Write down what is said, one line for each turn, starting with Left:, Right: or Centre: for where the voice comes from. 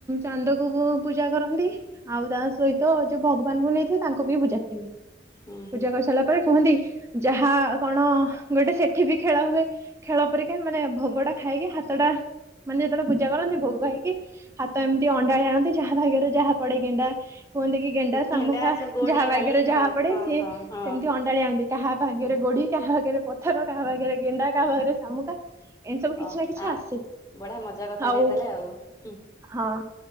Right: ଚାନ୍ଦକୁ ପୂଜା କରନ୍ତି। ଆଉ ତା ସହିତ ଯୋଉ ଭଗବାନଙ୍କୁ ନେଇଥିବେ ତାଙ୍କୁ ବି ପୂଜା କରିବେ।
Left: ହୁଁ ହୁଁ
Right: ପୂଜା
Left: ହଁ
Right: କରି ସାରିଲା ପରେ କୁହନ୍ତି ଯାହା କଣ ଗୋଟେ ସେଠି ବି ଖେଳ ହୁଏ। ଖେଳ ପରିକା ମାନେ ଭୋଗ ଟା ଖାଇକି ହା ଭାତଟା ମାନେ ଯେତେବେଳେ ପୂଜା କରନ୍ତି। ଭୋଗ ଖାଇକି ହାତ ଏମିତି ଅଣ୍ଡାଳି ଆଣନ୍ତି ଯାହା ଭାଗ୍ୟରେ ଯାହା ପଡେ ଗେଣ୍ଡା କୁହନ୍ତି କି? ଗେଣ୍ଡା ଶାମୁଖା
Left: ଘେଣ୍ଡା ଏସବୁ ଗୋଡି
Right: ଯାହା ଭାଗ୍ୟରେ
Left: ବାଲି ହଁ
Right: ଯାହା ପଡେ।
Left: ହଁ
Right: ସିଏ ସେମିତି
Left: ହଁ ହଁ
Right: ଅଣ୍ଡାଳି ଆଣନ୍ତି। କାହା ଭାଗ୍ୟରେ
Left: ହଁ
Right: ଗୋଡି କାହା ଭାଗ୍ୟରେ ପ ପଥର, କାହା ପାଖରେ ଗେଣ୍ଡା, କାହା ପାଖରେ ଶାମୁକା, ଏଇ ସବୁ
Left: ହଉ
Right: କିଛି ନା କିଛି
Left: ଆ
Right: ଆସେ।
Left: ବଢିଆ ମଜା କଥା
Right: ଆଉ
Left: ଟିକେ ତାହେଲେ ଆଉ।
Right: ହଁ।